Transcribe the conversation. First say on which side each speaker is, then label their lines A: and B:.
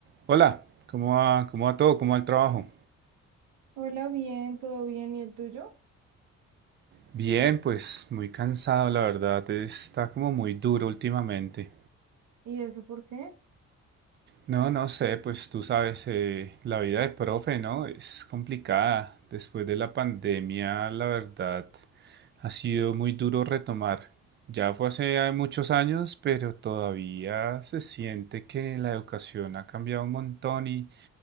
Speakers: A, on the right; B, on the right.
A: Hola, ¿cómo va? ¿Cómo va todo? ¿Cómo va el trabajo?
B: Hola, bien, todo bien, ¿y el tuyo?
A: Bien, pues muy cansado, la verdad. Está como muy duro últimamente.
B: ¿Y eso por qué?
A: No, no sé, pues tú sabes, eh, la vida de profe, ¿no? Es complicada. Después de la pandemia, la verdad, ha sido muy duro retomar. Ya fue hace muchos años, pero todavía se siente que la educación ha cambiado un montón y